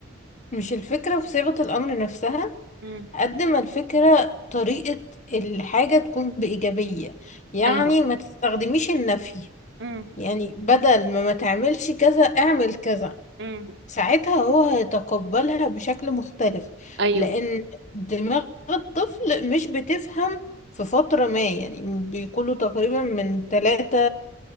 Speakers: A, on the left; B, on the right.
A: مش الفكرة في صيغة الأمر نفسها
B: مم.
A: قد ما الفكرة طريقة الحاجة تكون بإيجابية يعني
B: أيوه
A: ما تستخدميش النفي
B: مم.
A: يعني بدل ما ما تعملش كذا اعمل كذا
B: مم.
A: ساعتها هو هيتقبلها بشكل مختلف
B: أيوه
A: لأن دماغ الطفل مش بتفهم في فترة ما يعني بيكونوا تقريبا من ثلاثة